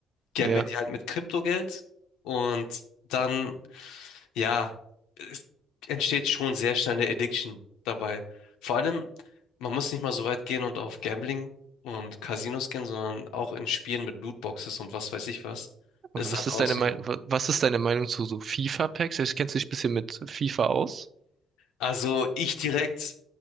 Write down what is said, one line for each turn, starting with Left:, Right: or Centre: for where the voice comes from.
Left: gambeln
Right: ja.
Left: die halt mit Kryptogeld und dann, ja, es entsteht schon sehr schnell eine Addiction dabei. Vor allem, man muss nicht mal so weit gehen und auf Gambling und Casinos gehen, sondern auch in Spielen mit Lootboxes und was weiß ich was.
Right: Was
Left: Ist halt
Right: ist
Left: auch
Right: deine
Left: so
Right: Meinung,
Left: eine.
Right: was ist deine Meinung zu so FIFA-Packs? Ich kennst du dich ein bisschen mit FIFA aus?
Left: Also ich direkt